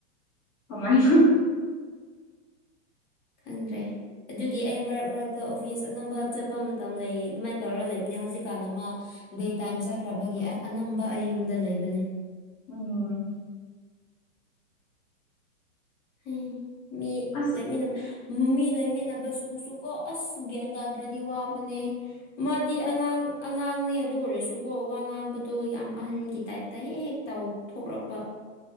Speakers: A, on the left; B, on the left.
A: ꯀꯃꯥꯏ
B: ꯍ ꯈꯪꯗ꯭ꯔꯦ ꯑꯗꯨꯒꯤ ꯑꯩ ꯃꯔꯛ ꯃꯔꯛꯇ ꯑꯣꯐꯤꯁ ꯑꯅꯝꯕ ꯆꯠꯄ ꯃꯇꯝ ꯂꯩ ꯑꯗꯨꯃꯥꯏꯅ ꯇꯧꯔ ꯂꯩꯕꯅꯦ ꯍꯧꯖꯤꯛꯀꯥꯟꯅ ꯃꯥ ꯗꯦ ꯇꯥꯏꯝ ꯆꯠꯈ꯭ꯔꯕꯒꯤ ꯑꯅꯝꯕ ꯑꯩ ꯌꯨꯝꯗ ꯂꯩꯕꯅꯦ
A: ꯎꯝ
B: ꯎꯝ ꯃꯤ
A: ꯑꯁ
B: ꯂꯩꯃꯤꯅ ꯃꯤ ꯂꯩꯃꯤꯟꯅꯕꯕꯁꯤꯁꯨ ꯀꯣ ꯑꯁ ꯒ꯭ꯌꯥꯟ ꯇꯥꯗ꯭ꯔꯗꯤ ꯋꯥꯕꯅꯦ ꯃꯥꯗꯤ ꯑꯉꯥꯡ ꯑꯉꯥꯡꯅꯦ ꯑꯗꯨ ꯑꯣꯏꯔꯁꯨ ꯀꯣ ꯋꯥ ꯉꯥꯡꯕꯗꯣ ꯌꯥꯝ ꯑꯍꯟꯒꯤ ꯇꯥꯏꯞꯇ ꯍꯦꯛ ꯍꯦꯛ ꯇꯧ ꯊꯣꯛꯂꯛꯄ